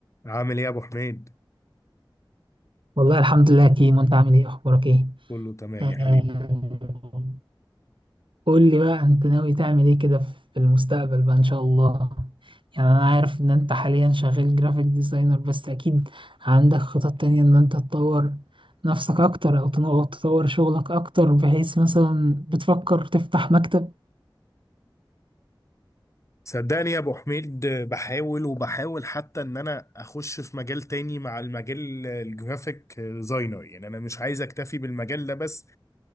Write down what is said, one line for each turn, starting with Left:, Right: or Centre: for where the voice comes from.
Left: عامل ايه يا ابو حميد
Right: والله الحمد لله يا كيمو انت عامل ايه اخبارك ايه
Left: كله تمام
Right: آه،
Left: يا حبيبي
Right: قول لي بقى انت ناوي تعمل ايه كده في المستقبل بقى ان شاء الله يعني انا عارف ان انت حاليا شغال جرافيك ديزاينر بس اكيد عندك خطط تانية ان انت تطور نفسك اكتر او تنو- تطور شغلك اكتر بحيث مثلا بتفكر تفتح مكتب
Left: صدقني يا ابو حميد بحاول وبحاول حتى ان انا اخش في مجال تاني مع المجال الجرافيك ديزاينر يعني انا مش عايز اكتفي بالمجال ده بس